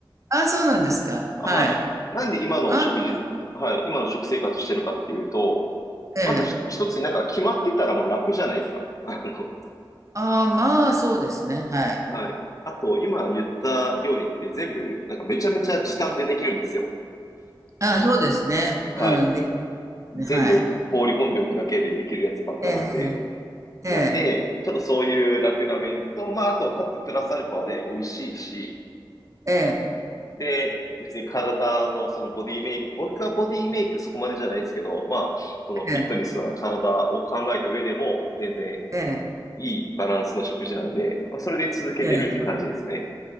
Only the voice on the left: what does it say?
はい。
なんで今の食事、
はい、今の食生活してるかっていうと、
まずひ一つになんか決まってたらもう楽じゃないですか。<laughs> あの、
はい。あと今言った料理って全部なんかめちゃめちゃ時短でできるんですよ。
はい。
全部放り込んでおくだけでできるやつばっかなんで、
なんで、ちょっとそういう楽な面と、まあ、あと、かつプラスアルファで美味しいし、
で、別に体のそのボディメイク、僕はボディメイクそこまでじゃないですけど、まあ、そのフィットネスな体を考えた上でも、
全然
いいバランスの食事なんで、まあ、それで続けてるって感じですね。